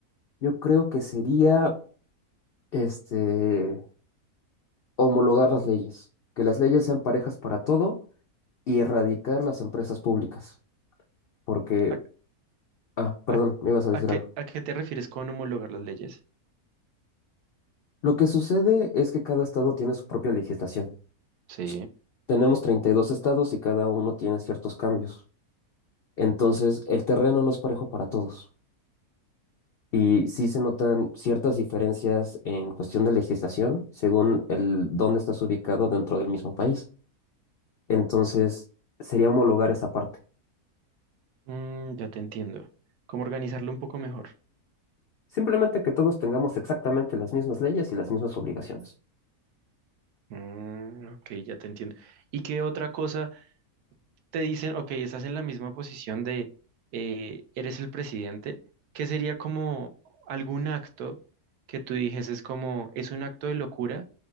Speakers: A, on the left; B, on the right.
A: yo creo que sería, este, homologar las leyes, que las leyes sean parejas para todo y erradicar las empresas públicas, porque,
B: ¿A,
A: ah, perdón,
B: a-
A: me ibas a decir
B: a qué,
A: algo.
B: a qué te refieres con homologar las leyes?
A: Lo que sucede es que cada estado tiene su propia legislación.
B: Sí,
A: S- Tenemos 32 estados y cada uno tiene ciertos cambios. Entonces, el terreno no es parejo para todos. Y sí se notan ciertas diferencias en cuestión de legislación según el dónde estás ubicado dentro del mismo país. Entonces, sería homologar esa parte.
B: Mm, ya te entiendo. ¿Cómo organizarlo un poco mejor?
A: Simplemente que todos tengamos exactamente las mismas leyes y las mismas obligaciones.
B: Mm, ok, ya te entiendo. ¿Y qué otra cosa te dicen, ok, estás en la misma posición de eh, eres el presidente? ¿Qué sería como algún acto que tú dijes es como, es un acto de locura?